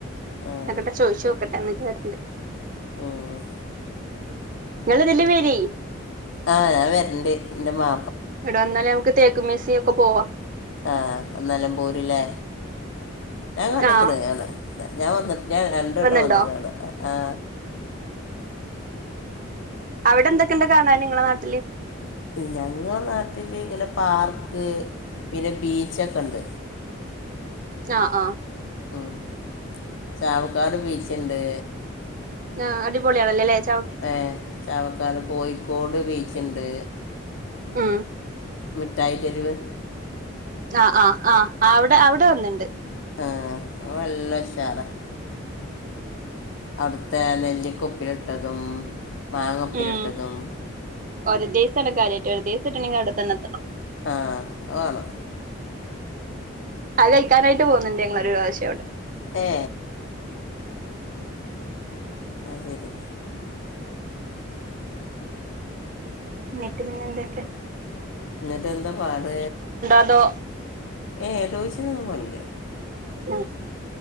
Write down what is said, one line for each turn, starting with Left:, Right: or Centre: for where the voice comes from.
Left: ആഹ്
Right: നോക്കെട്ടെ ചോയിച്ച് നോക്കെട്ടെ ഇന്നെ വെര്ന്റ്
Left: ഉം
Right: ഇങ്ങൾ ഇതിലെ വെരി
Left: ആ ഞാൻ വെര്ന്റ് ഇന്റെ മാ
Right: ഇങ്ങട്ട് വന്നാലെ നമ്മക്ക് തെ ക്ക് മ്യൂസിയം ഒക്കെ പോവാ
Left: ആ നെലമ്പൂര് ലെ ഞാൻ കണ്ട്‌ക്ക്ണ്
Right: ആഹ്
Left: അയുടെ ഞ ഞാൻ വന്ന്‌ ഞാൻ രണ്ട്‌ വട്ടം
Right: വന്നിണ്ടോ
Left: വന്ന്‌ കാണാൻ ആ ആ
Right: അവടെ എന്തക്കണ്ട് കാണാൻ നിങ്ങട നാട്ടില്
Left: ഞങ്ങള നാട്ടില് ഇങ്ങനെ പാർക്ക് പിന്നെ ബീച്ചക്കൊണ്ട്
Right: ആ ആ
Left: ഉം ചാവക്കാട് ബീച്ചണ്ട്
Right: ആ അടിപൊളിയാണല്ലേ അല്ലേച്ച്
Left: ഏ ചാവക്കാട് കോയിക്കോട് ബീ ച്ച്ണ്ട്
Right: ആ
Left: മിഠായിത്തെരുവ്
Right: ആ ആ ആ ആ അവിടെ അവിടെ ഒന്ന്ണ്ട്
Left: ആ നല്ല ഉശാറാ അവിടുത്തെ നെല്ലിക്ക ഉപ്പിലിട്ടതും മാങ്ങ ഉപ്പിലിട്ടതും
Right: ഉം <unintelligible> അവിടെ തന്നെത്തണം
Left: ആ അതാണ്
Right: അത് കഴിക്കാനായിട്ട് പോന്ന്ണ്ട് ഞങ്ങളൊരു പ്രശം അവിടെ
Left: ഏ അ ശരി
Right: എന്നിട്ട് പിന്നെ എന്തൊക്കെ
Left: എന്നിട്ട് എന്താ പാട്
Right: അതോ
Left: ഏ ടൂശനോന്നും പോന്നില്ല
Right: ഉം